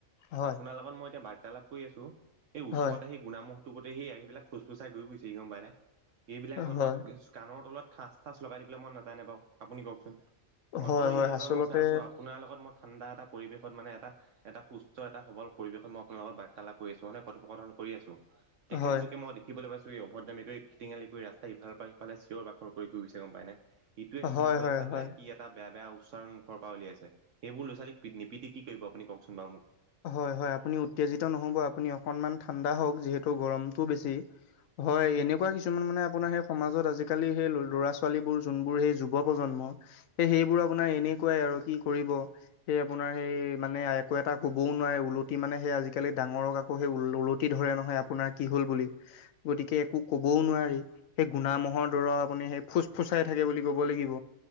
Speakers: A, on the left; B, on the right.
A: হয়
B: আপোনাৰ লগত মই এতিয়া বাৰ্তালাপ। কৰি আছো সেই ওচৰত
A: হয়
B: সেই গুণামোহটো গোতে সেই আহি পেলাই ফুচফুচাই ঘুই ফুইছে সি গম পায় নাই। এইবিলাক
A: হয়
B: সহঁতক কাণৰ তলত ঠাঁচ ঠাঁচ লগাই দিবলৈ মই নাজাইনে নে বাৰু আপুনি কওকচোন। অঁতৰি
A: হয় হয়
B: এই
A: আচলতে
B: মই চাই আছো আপোনাৰ লগত মই ঠাণ্ডা এটা পৰিৱেশত মানে এটা। এটা সুস্থ এটা সবল পৰিৱেশত মই আপোনাৰ লগত বাৰ্তালাপ কৰি আছো মানে কথোপকথন কৰি আছো। তেখেতলোকে
A: হয়
B: মই দেখিবলৈ পাইছো এই অভদামী কৰি খটিঙালি কৰি ৰাস্তা ইফালৰ পৰা সিফালে চিঞৰ বাখৰ কৰি। ঘূৰি গৈছে গম পাই নে ইটোয়ে সিটো
A: হয়
B: মুখলৈ
A: হয়
B: চাই পেলাই
A: হয়
B: কি। এটা বেয়া বেয়া উচ্চাৰণ মুখৰ পৰা উলাইছে সেইবোৰ ল'ৰা-ছোৱালীক নিপিতি কি কৰিব আপুনি কওকচোন বাৰু মোক।
A: হয় হয় আপুনি উত্তেজিত নহ'ব আপুনি অকনমান ঠাণ্ডা হওক যিহেতু গৰমটো বেছি। হয় এনেকুৱা কিছুমান মানে আপোনাৰ সেই সমাজত আজিকালি সেই ল'ৰা ছোৱালীবোৰ যোনবোৰ সেই যুৱ প্ৰজন্ম। সেই সেইবোৰ আপোনাৰ এনেকুৱাই আৰু কি কৰিব স আপোনাৰ সেই মানে একো এটা- ক'বও নোৱাৰে ওলটি মানে সেই আজিকালি ডাঙৰক আকৌ সেই ওলটি ধৰে নহয় আপোনাৰ কি হ'ল বুলি। গতিকে একো ক'বও নোৱাৰি। সেই গুনা ম মহৰ দৰ আপুনি সেই ফুচ ফুচাই থাকে বুলি ক'ব লাগিব।